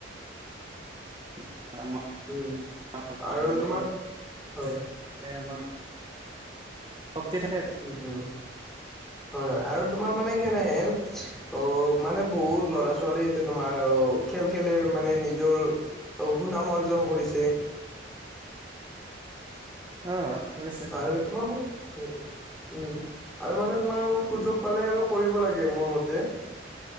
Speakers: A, on the right; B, in the centre.
A: <unintelligible>
B: উম
A: <unintelligible>
B: আৰু তোমাৰ হয় হয়
A: আমাৰ শক্তি থাকে।
B: উম উম, হয় হয় আৰু তোমাৰ মানে কেনেহেন অ, মানে বহুত ল'ৰা-ছোৱালী এতিয়া তোমাৰ অ খেল খেলে মানে নিজৰ অ, সুনাম অৰ্জন কৰিছে।
A: অ, কৰিছে।
B: আৰু তোমাৰ মোক বহুত উম। আৰু মানে তোমাৰ আৰু সুযোগ পালে আৰু কৰিব লাগে মোৰ মতে।